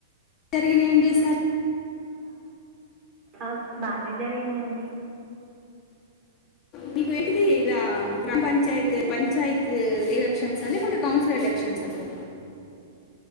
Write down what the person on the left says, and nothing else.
జరిగినాయండి ఈ సారి
నీకు ఏంటిది గ్రామ్ గ్రామ పంచాయత్ పంచాయత్ ఎలెక్షన్సా లేకుంటే కౌన్సిల్ ఎలక్షన్స్ సరిపో